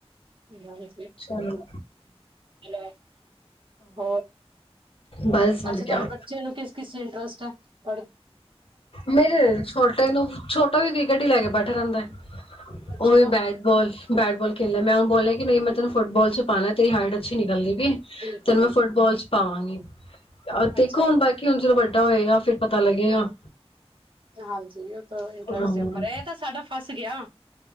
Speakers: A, on the right; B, on the left.
A: ਹਾਂਜੀ
B: ਚਲੋ
A: ਹੈਲੋ ਹੋਰ
B: ਬਸ ਵਧੀਆ
A: ਅੱਛਾ ਤੁਹਾਡੇ ਬੱਚੇ ਨੂੰ ਕਿਸ ਕਿਸ ਚ ਟ੍ਸਟ ਹੈ ਪੜ੍ਹ
B: ਮੇਰੇ ਛੋਟੇ ਨੂੰ ਛੋਟਾ ਵੀ ਕੀ ਗੱਡੀ ਲੈ ਕੇ ਬੈਠਾ ਰਹਿੰਦਾ ਉਹੀ
A: ਚਲੋ
B: ਬੈਟ ਬੋਲ, ਬੈਟ ਬੋਲ ਖੇਲੇ ਮੈਂ ਉਹ ਬੋਲੇ ਕਿ ਨਹੀਂ ਮੈਂ ਤੈਨੂੰ ਫੁੱਟਬਾਲ ਚ ਪਾਉਣਾ ਤੇਰੀ ਹਾਈਟ ਅੱਛੀ ਨਿਕਲਦੀ
A: ਬਿਲਕੁਲ
B: ਤੈਨੂੰ ਮੈਂ
A: ਬਿਲਕੁਲ
B: ਫੁੱਟਬਾਲ ਚ ਹੀ ਪਾਵਾਂਗੀ ਹ ਦੇਖੋ
A: ਅੱਛਾ
B: ਹੁਣ ਬਾਕੀ ਹੁਣ ਜਦੋਂ ਵੱਡਾ ਹੋਏਗਾ ਫ਼ਿਰ ਪਤਾ ਲੱਗੇਗਾ
A: ਹਾਂਜੀ ਓ ਇੰਟਰਸਟ
B: ਹਾਂ
A: ਦੇ ਉਪਰ ਹੈ ਇਹ ਤਾਂ ਸਾਡਾ ਫਸ ਗਿਆ